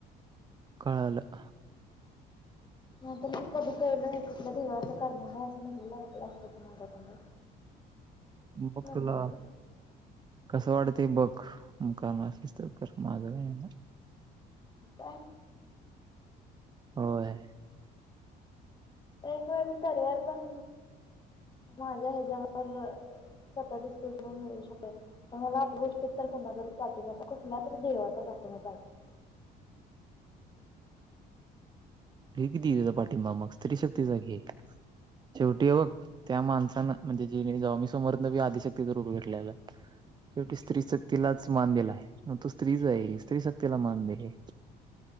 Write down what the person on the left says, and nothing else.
मी तरी कधी केलय कुठल्या देवाचा करणार हाय असं म्हणलं अस ऐकलंय हाय कधी माझ्या तोंडून.
नाही
ताय.
एक वेळ मी करिअर पण माझ्या ह्याच्यावर अ स्वतःच्या स्किलवर मिळू शकेल. तर मला आपल्या गोष्टीत कुणाचा तरी पाठिंबा कुठल्यातरी देवाचा पाठिंबा पाहिजे.